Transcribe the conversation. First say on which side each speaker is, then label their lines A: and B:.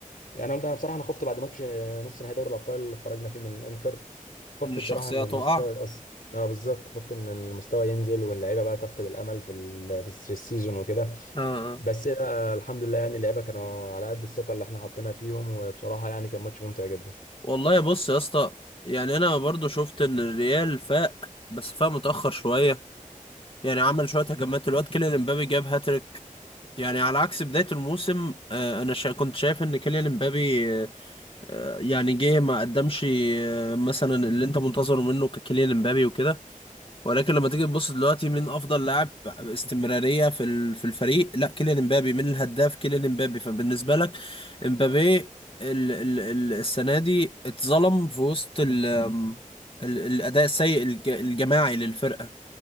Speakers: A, on the left (about 80°); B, on the left (about 40°).
A: أنا قلت أنا بصراحة أنا خفت بعد ماتش نص نهائي دوري الأبطال اللي خرجنا فيه من إنتر
B: <laughs>
A: خفت
B: ان الشخصية
A: بصراحة إن المستوى
B: تقع
A: يتأثر أه بالظبط خفت إن المستوى ينزل واللعيبة بقى تفقد الأمل في ال- في الس- في السيزون وكده
B: اه اه
A: بس آه، الحمد لله يعني اللعيبة كانوا على قد الثقة اللي إحنا حطيناها فيهم وبصراحة يعني كان ماتش ممتع جدا
B: والله بص يا اسطى يعني انا برضو شفت ان الريال فاق بس فاق متاخر شويه يعني عمل شويه هجمات الواد كيليان امبابي جاب هاتريك يعني على عكس بدايه الموسم آه، انا شا كنت شايف ان كيليان امبابي آه، يعني جه ما قدمش آه، مثلا اللي انت منتظره منه ككيليان امبابي وكده ولكن لما تيجي تبص دلوقتي مين افضل لاعب استمراريه في ال- في الفريق لا كيليان امبابي مين الهداف كيليان امبابي فبالنسبه لك امبابي ال ال ال السنه دي اتظلم في وسط ال ال الاداء السيء الج- الجماعي للفرقه